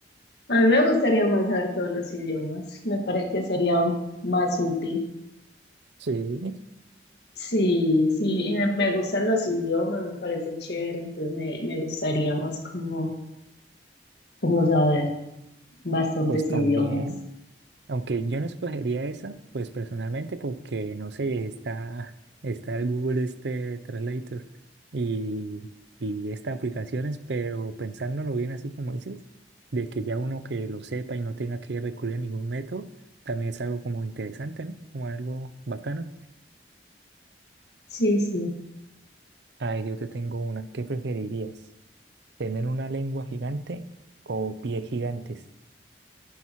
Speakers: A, on the left; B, on the right.
A: A mí me gustaría más saber todos los idiomas. Me parece que sería más útil.
B: Sí,
A: Sí, sí, y me, me gustan los idiomas, me parece chévere, entonces me, me gustaría más como, como saber bastantes
B: pues también.
A: idiomas.
B: Aunque yo no escogería esa, pues personalmente porque, no sé, está, <laughs> está el Google este Translator y, y estas aplicaciones, pero pensándolo bien así como dices, de que ya uno que lo sepa y no tenga que recurrir a ningún método, también es algo como interesante, ¿no? Como algo bacano.
A: Sí, sí.
B: Ay, yo te tengo una. ¿Qué preferirías? ¿Tener una lengua gigante o pies gigantes?